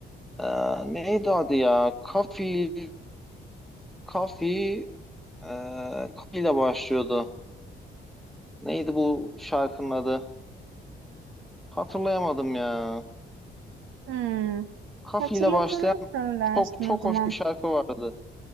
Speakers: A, in the centre; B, on the right (about 80°).
A: Ee, neydi adı ya? Kafi, Kafi, e, Kafi ile başlıyordu. Neydi bu şarkının adı? Hatırlayamadım ya.
B: Hmm.
A: Kafi
B: Hatırladığını
A: ile başlayan
B: söylersin
A: çok çok
B: o zaman.
A: hoş bir şarkı vardı.